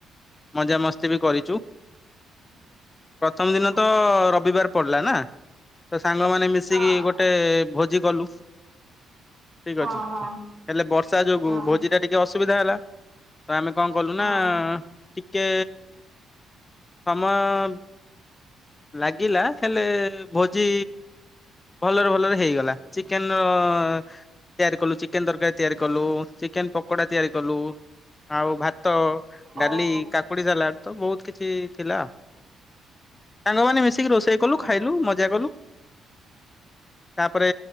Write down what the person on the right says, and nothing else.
ଓହୋ
ହଁ
ହଁ
ହଁ
ହଁ।
ହଁ
ହଁ
ଓହୋ
ହୋ